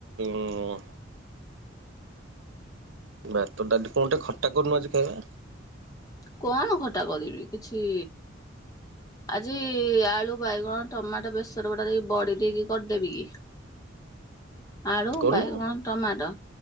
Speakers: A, on the right (about 85°); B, on the left (about 20°).
A: ଉଁ ଭାତ ଡାଲି କଣ ଟେ ଖଟା କରୁନୁ ଆଜି ଖାଇବା।
B: କଣ ଖଟା କରିବି କିଛି ଆଜି ଆଳୁ ବାଇଗଣ ଟମାଟୋ ବେସର ବଟା ଦେଇକି ବଢି ଦେଇକି କରିଦେବି କି? ଆଳୁ
A: କରୁନୁ
B: ବାଇଗଣ ଟମାଟୋ